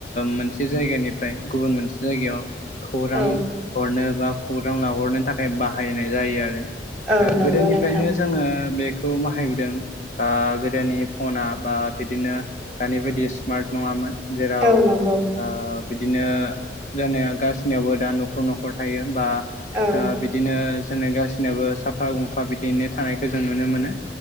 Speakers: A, on the left; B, in the centre.
A: मोनसे जायगानिफ्राय गुबुन मोनसे जायगायाव खौरां
B: औ
A: हरनो बा खौरां लाहरनो थाखाय बाहायनाय जायो आरो।
B: औ नंगौ
A: गोदोनिफ्रायनो
B: नोंथां
A: जोङो बेखौ बाहायबोदों। ओ गोदोनि फना बा बिदिनो दानि बायदि स्मार्ट नङामोन। जेराव
B: औ
A: ओ
B: नंगौ
A: बिदिनो जानाया गासिनियावबो दा न'खर न'खर थायो। बा
B: औ
A: बिदि बिदिनो जों गासिनाबो साफा गंफा बिदिनो थानायखौ जों नुनो मोनो।